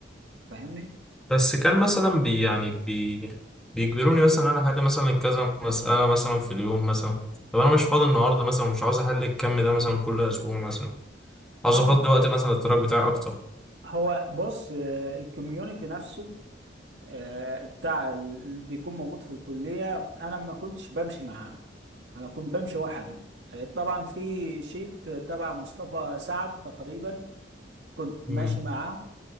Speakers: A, on the right; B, in the centre.
A: فاهمني؟
B: بس كان مثلا بي يعني بي بيجبروني مثلا ان انا احل مثلا كذا مسألة مثلا في اليوم مثلا طب انا مش فاضي النهارده مثلا ومش عاوز احل الكم ده مثلا كل اسبوع مثلا عاوز
A: اه
B: افضي
A: ما
B: وقت مثلا للتراك بتاعي اكتر
A: هو بص الكوميونتي نفسه آه، بتاع ال- اللي بيكون موجود في الكلية انا ما كنتش بمشي معاه انا كنت بمشي وحدي آه، طبعا في شيت تبع مصطفى سعد تقريبا كنت ماشي
B: مم.
A: معاه